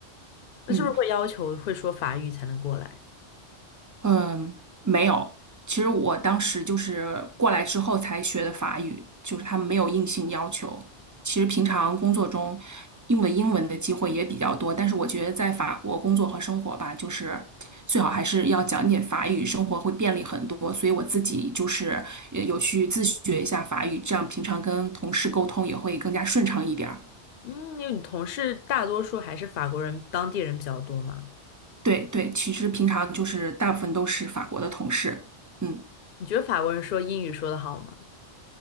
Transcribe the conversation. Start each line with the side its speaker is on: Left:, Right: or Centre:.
Left: 那是不是会要求会说法语才能过来？
Right: 嗯。嗯，没有。其实我当时就是过来之后才学的法语，就是他们没有硬性要求。其实平常工作中用的英文的机会也比较多，但是我觉得在法国工作和生活吧，就是最好还是要讲点法语，生活会便利很多。所以我自己就是也有去自学一下法语，这样平常跟同事沟通也会更加顺畅一点儿。
Left: 嗯，因为你同事大多数还是法国人，当地人比较多嘛。
Right: 对对，其实平常就是大部分都是法国的同事，嗯。
Left: 你觉得法国人说英语说得好吗？